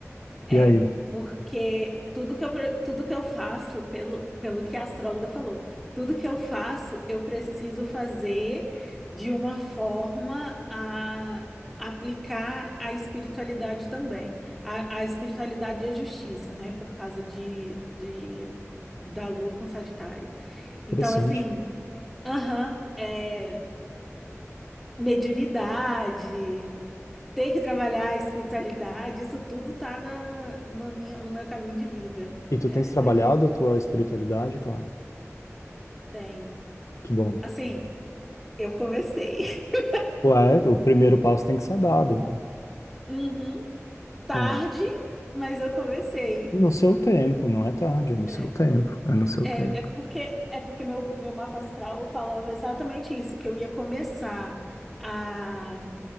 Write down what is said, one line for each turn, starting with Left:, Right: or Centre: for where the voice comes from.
Centre: É,
Left: e aí?
Centre: porque tudo que eu, pre- tudo que eu faço, pelo, pelo que a astróloga falou, tudo que eu faço, eu preciso fazer de uma forma a aplicar a espiritualidade também. A, a espiritualidade e a justiça, né? Por causa de, de, da Lua com Sagitário. Então,
Left: Interessante.
Centre: assim, aham, é, mediunidade. Ter que trabalhar a espiritualidade, isso tudo tá na, na minha, no meu caminho de vida.
Left: E tu
Centre: É
Left: tens trabalhado
Centre: doideira.
Left: a tua espiritualidade, claro.
Centre: Tenho.
Left: Que bom.
Centre: Assim, eu comecei. <laughs>
Left: Ué, o primeiro passo tem que ser dado, né?
Centre: Uhum. Tarde,
Left: É.
Centre: mas eu comecei.
Left: No seu tempo, não é tarde, é no
Centre: É,
Left: seu tempo. É no seu
Centre: é,
Left: tempo.
Centre: é porque é porque meu, meu mapa astral falava exatamente isso, que eu ia começar a,